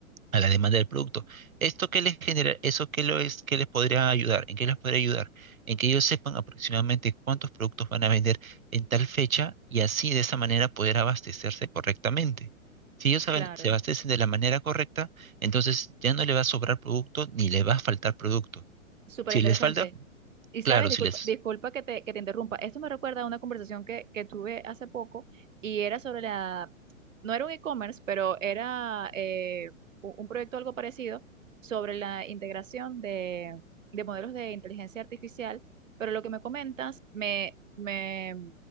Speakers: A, on the right (about 75°); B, on the right (about 65°).
A: a la demanda del producto. ¿Esto qué les genera? ¿Eso qué lo es, qué les podría ayudar? ¿En qué les podría ayudar? En que ellos sepan aproximadamente cuántos productos van a vender en tal fecha y así de esa manera poder abastecerse correctamente. Si ellos saben-
B: Claro.
A: se abastecen de la manera correcta, entonces ya no le va a sobrar producto ni le va a faltar producto.
B: Súper
A: Si
B: interesante.
A: les falta,
B: Y sabes,
A: claro,
B: disculpa,
A: si les
B: disculpa que te, que te interrumpa. Esto me recuerda a una conversación que, que tuve hace poco y era sobre la, no era un e-commerce, pero era eh, u- un proyecto algo parecido sobre la integración de, de modelos de inteligencia artificial. Pero lo que me comentas me, me,